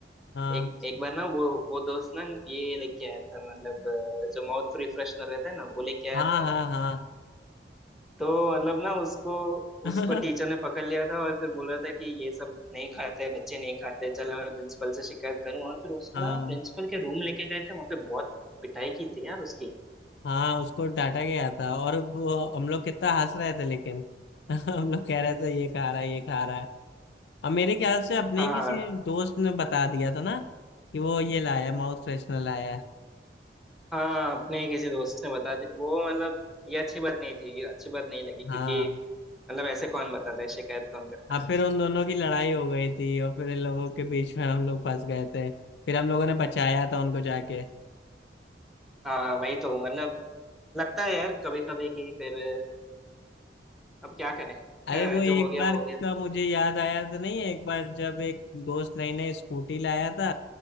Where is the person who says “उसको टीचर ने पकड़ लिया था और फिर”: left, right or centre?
Centre